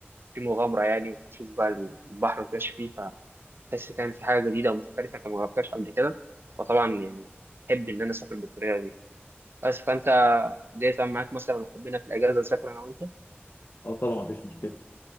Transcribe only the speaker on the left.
اه طبعا مفيش مشكله